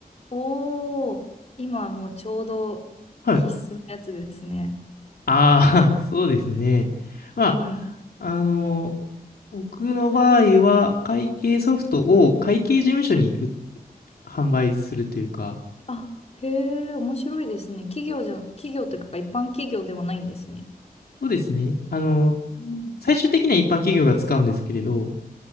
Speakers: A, on the left (about 40°); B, on the left (about 80°).
A: おー、今もうちょうど必須のやつですね。
B: はい。ああ、<laughs> そうですね。ま
A: うん。
B: あ、あの、僕の場合は、会計ソフトを会計事務所に売販売するというか、
A: あ、へえ、面白いですね。企業じゃ、企業というか一般企業ではないんですね。
B: そうですね。あの、
A: うん
B: 最終的には一般企業が使うんですけれど、